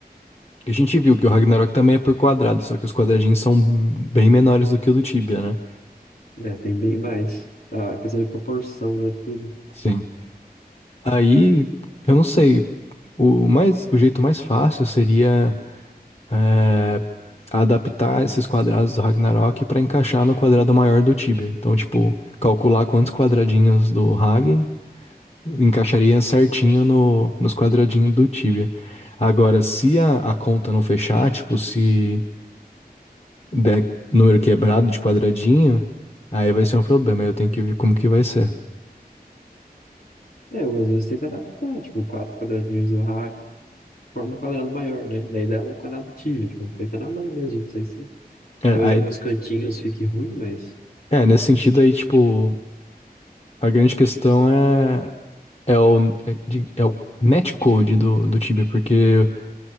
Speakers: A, on the left; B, on the left.
A: A gente viu que o
B: E,
A: Ragnarok também é por quadrado, só que os quadradinhos são bem menores do que o do Tibia, né?
B: né, tem bem mais. A questão de proporção, né, de tudo.
A: Sim. Aí, eu não sei. O mais, o jeito mais fácil seria é, adaptar esses quadrados do Ragnarok para encaixar no quadrado maior do Tibia. Então, tipo, calcular quantos quadradinhos do Rag encaixaria certinho no, nos quadradinhos do Tibia. Agora, se a, a conta não fechar, tipo, se der número quebrado de quadradinho, aí vai ser um problema. aí Eu tenho que ver como que vai ser.
B: É, eu às vezes tento adaptar, tipo, quatro quadradinhos do raio, forma um quadrado maior, né? Daí dá um quadrado tive, tipo, tenta na mão mesmo, não sei se.
A: É,
B: Talvez
A: aí-
B: alguns cantinhos fique ruim, mas.
A: é, nesse sentido aí, tipo, a grande questão é, é o, é, de- é o netcode do, do Tibia, porque